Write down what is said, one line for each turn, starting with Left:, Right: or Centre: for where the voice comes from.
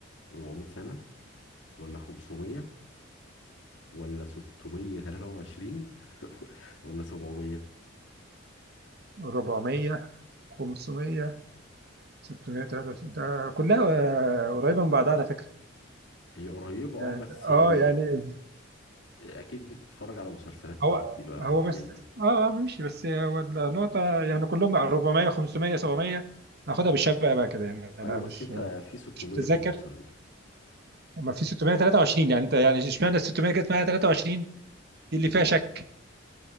Left: 400 سنه ولا 500 ولا 623 <laughs> ولا 700
Right: 400 500 693 ده كلها آه، قريبة من بعضها على فكرة
Left: هي قريبه
Right: يعني
Left: اه بس
Right: اه
Left: يعني
Right: يعني
Left: آه، اكيد بتتفرج على مسلسلات تركي
Right: هو
Left: بقى
Right: هو
Left: والحاجات
Right: بس
Left: دي
Right: اه اه ماشي بس هو النقطة يعني كلهم 400 500 700 ناخدها بالشبع بقى كده يعني انا
Left: ايوه
Right: مش
Left: بس انت في 600
Right: مش متذكر
Left: في النص على فكره
Right: اما في 623 يعني انت يعني اشمعنى ال 600 جت معايا 23 دي اللي فيها شك